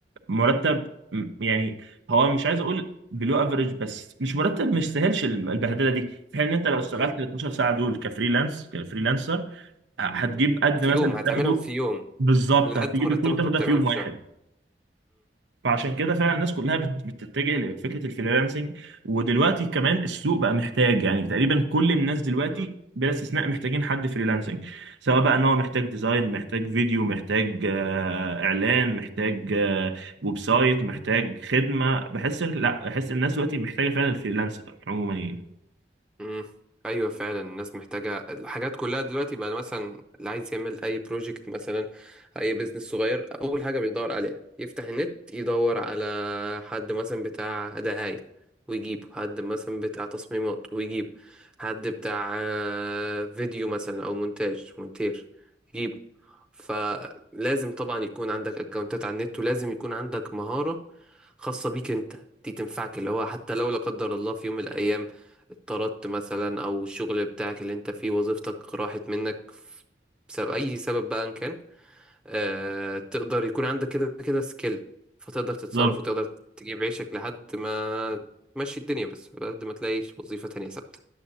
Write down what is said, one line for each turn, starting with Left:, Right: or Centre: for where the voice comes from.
Right: مرتب م- يعني هو مش عايز اقول بلو افريج بس مش مرتب مش سهلش البهدله دي في حين ان انت لو اشتغلت
Centre: مم.
Right: ال 12 ساعه دول كفريلانس كفريلانسر هتجيب قد
Centre: في
Right: مثلا
Centre: يوم هتعملهم
Right: تاخده
Centre: في يوم
Right: بالظبط
Centre: لقد
Right: هتجيب
Centre: مرتبك
Right: كله تاخده
Centre: اللي بتعمله
Right: في يوم
Centre: في
Right: واحد
Centre: شهر
Right: فعشان كده فعلا الناس كلها بت- بتتجه لفكره الفريلانسنج ودلوقتي كمان السوق بقى محتاج يعني تقريبا كل الناس دلوقتي
Centre: مم.
Right: بلا استثناء محتاجين حد فريلانسنج سواء بقى ان هو محتاج ديزاين محتاج فيديو محتاج آه، اعلان محتاج آه، ويب سايت محتاج خدمه بحس إن- لا بحس إن الناس دلوقتي محتاجه فعلا الفريلانسر عموما يعني
Centre: امم ايوه فعلا الناس محتاجه الحاجات كلها دلوقتي بقى مثلا اللي عايز يعمل اي بروجكت مثلا اي بزنس صغير اول حاجه بيدور عليها يفتح النت يدور على حد مثلا بتاع دعايه ويجيبه حد مثلا بتاع تصميمات ويجيبه حد بتاع آه، فيديو مثلا او مونتاج مونتير يجيبه فلازم طبعا يكون عندك اكونتات على النت ولازم يكون عندك مهاره خاصه بيك انت دي تنفعك اللي هو حتى لو لا قدر الله في يوم من الايام اتطردت مثلا او الشغل بتاعك اللي انت فيه وظيفتك راحت منك ف- بسبب اي سبب بقى ان كان اه تقدر يكون عندك كده كده سكيل فتقدر تتصرف
Right: بالظبط
Centre: وتقدر تجيب عيشك لحد ما تمشي الدنيا بس لحد ما تلاقيش وظيفة تانية ثابتة